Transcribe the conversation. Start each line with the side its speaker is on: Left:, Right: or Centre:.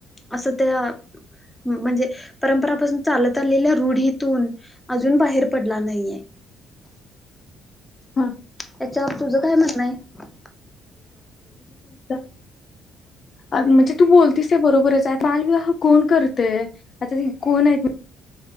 Centre: अस त्या म्हणजे परंपरापासून चालत आलेल्या रूढीतून अजून बाहेर पडला नाहीे.
Left: हम..
Centre: त्याच्यावर तुझं काय म्हणण आहे.
Left: अ म्हणजे तू बोलतीस त्या बरोबरच आहे मालविवाह कोण करतय आता कोण आहेत.